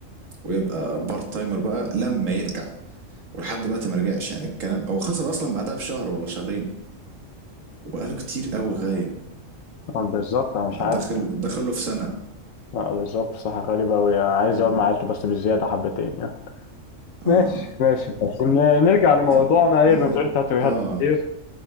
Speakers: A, on the right (about 75°); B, on the left (about 85°).
A: ويبقى بارت تايمر بقى لما يرجع ولحد دلوقتي ما رجعش يعني الكلام هو خسر اصلا بعدها بشهر ولا شهرين وبقاله كتير قوي غايب
B: آه، بالظبط أنا مش عارف
A: داخل داخل له في سنه
B: آه بالظبط صح غريب أوي عايز
A: مم.
B: أقعد مع عيلته بس بالزيادة حبتين يعني ماشي
A: اه
B: ماشي بس ن- نرجع لموضوعنا
A: <laughs>
B: إيه
A: ماشي
B: من غير تاتويهات
A: اه
B: كتير